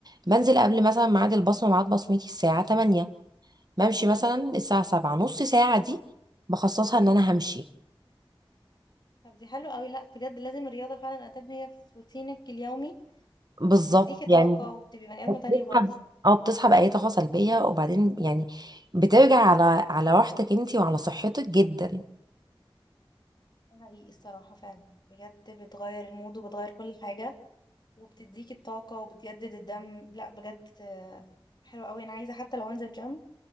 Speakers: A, on the right; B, on the left.
A: بنزل قبل مثلا ميعاد البصمه ميعاد بصمتي الساعه 8 بمشي مثلا الساعه 7 نص ساعه دي بخصصها ان انا همشي
B: طب دي حلوة قوي لا بجد لازم الرياضة فعلا ادام هي في روتينك اليومي
A: بالظبط
B: بتديكي
A: يعني
B: طاقة وبتبقي بني ادمة
A: وبتسحب
B: تانية خالص
A: او بتسحب اي طاقه سلبيه وبعدين يعني بترجع على على راحتك انت وعلى صحتك جدا
B: ده حقيقي الصراحة فعلا بجد بتغير المود وبتغير كل حاجة وبتديكي الطاقة وبتجدد الدم لا بجد آه، حلوة قوي انا عايزة حتى لو انزل جيم